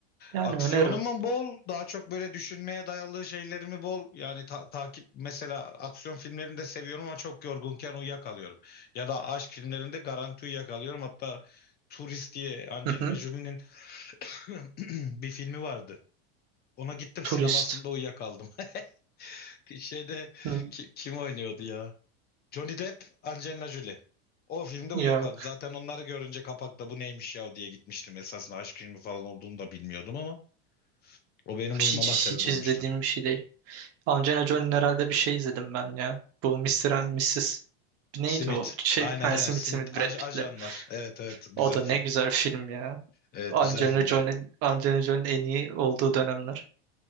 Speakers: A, on the right (about 45°); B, on the left (about 30°).
A: Yani
B: Aksiyonu
A: öneririm.
B: bol? Daha çok böyle düşünmeye dayalı şeylerimi bol? Yani ta- takip mesela aksiyon filmlerini de seviyorum ama çok yorgunken uyuyakalıyorum. Ya da aşk filmlerinde garanti uyuyakalıyorum. Hatta Turist diye Angelina
A: Hı hı.
B: Jolie'nin <clears throat> bir filmi vardı. Ona gittim
A: Turist.
B: sinemasında uyuyakaldım. <laughs> Şeyde
A: Hı.
B: ki- kim oynuyordu ya? Johnny Depp, Angelina Jolie. O filmde
A: Yok.
B: uyuyakaldım. Zaten onları görünce kapakta bu neymiş ya diye gitmiştim. Esasında aşk filmi falan olduğunu da bilmiyordum ama o benim uyumama
A: Hiç,
B: sebep
A: hiç
B: olmuştu.
A: izlediğim bir şey değil. Angelina Jolie'nin herhalde bir şey izledim ben ya. Bu Mr. and Mrs. Neydi
B: Simit.
A: o? Şey,
B: Aynen
A: ha,
B: aynen
A: Smith
B: Simit.
A: Smith
B: Aj
A: Brad
B: ajanlar.
A: Pitt'le.
B: Evet evet güzel
A: O da
B: film.
A: ne güzel film ya.
B: Evet
A: Angelina
B: güzel filmdi.
A: Jolie'nin Angelina Jolie'nin en iyi olduğu dönemler.